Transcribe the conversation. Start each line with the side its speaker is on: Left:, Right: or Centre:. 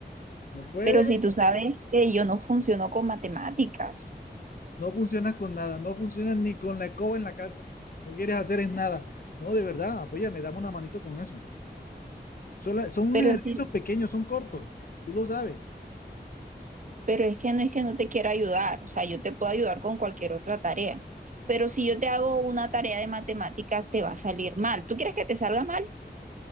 Left: No puedes,
Right: pero si tú sabes que yo no funciono con matemáticas,
Left: no funcionas con nada. No funcionas ni con la escoba en la casa. No quieres hacer es nada. No, de verdad, apóyame, dame una manito con eso. Son, la- son
Right: pero
Left: ejercicios
Right: si-
Left: pequeños, son cortos. Tú lo sabes.
Right: pero es que no es que no te quiera ayudar, o sea, yo te puedo ayudar con cualquier otra tarea, pero si yo te hago una tarea de matemáticas te va a salir mal. ¿Tú quieres que te salga mal?